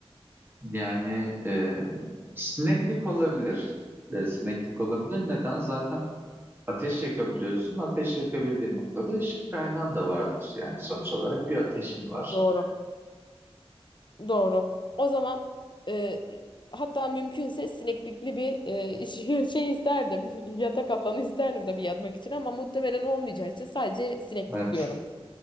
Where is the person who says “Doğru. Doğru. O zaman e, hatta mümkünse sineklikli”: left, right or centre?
Left